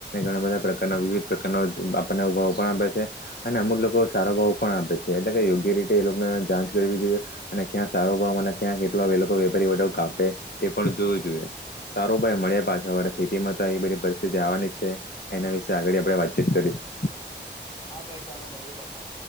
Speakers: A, on the left; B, on the left.
A: ઘણા બધા પ્રકારના વિવિધ પ્રકારના આપને ઉ ભાવ પણ આપ છે. છે અને અમુક લોકો સારો ભાવ પણ આપે છે એટલે કે યોગ્ય રીતે એ લોકોને જાચ કરવી જોઈએ અને ક્યાં સારો ભાવ મળે ક્યાં કેટલો એ લોકો વેપારી વ કાપે તે પણ જોવું જોઈએ સારો ભાઈ મળેયા પાછા. પર ખેતીમાં તો એ બધી પરિસ્થિતિ આવવાની છે એના વિશે આગળ આપણે વાતચીત કરીશું
B: હા ભાઈ ચાલો મળીએ પાછા